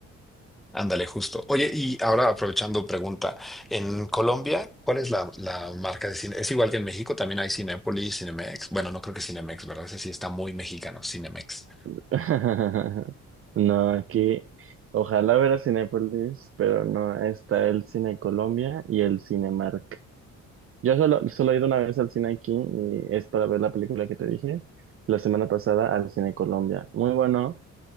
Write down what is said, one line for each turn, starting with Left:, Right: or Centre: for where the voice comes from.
Centre: Ándale, justo. Oye, y ahora aprovechando pregunta, en Colombia, ¿cuál es la, la marca de cine? Es igual que en México, también hay Cinépolis, Cinemex. Bueno, no creo que Cinemex, ¿verdad? Ese sí está muy mexicano, Cinemex.
Right: <laughs> No, aquí ojalá ver a Cinépolis, pero no, está el Cine Colombia y el Cinemark. Yo solo, solo he ido una vez al cine aquí y es para ver la película que te dije la semana pasada al Cine Colombia. Muy bueno,